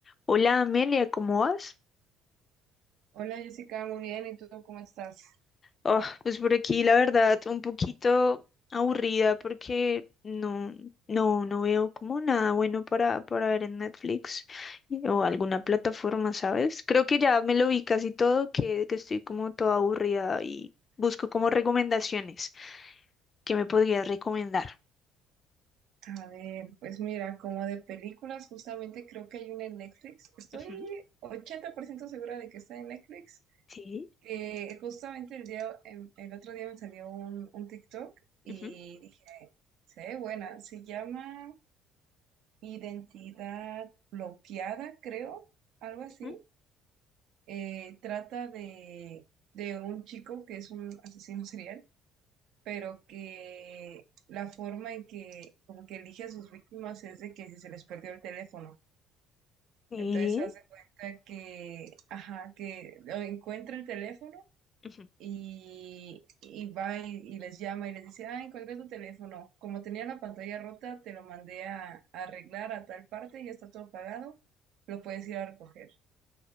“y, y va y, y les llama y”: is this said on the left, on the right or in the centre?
Right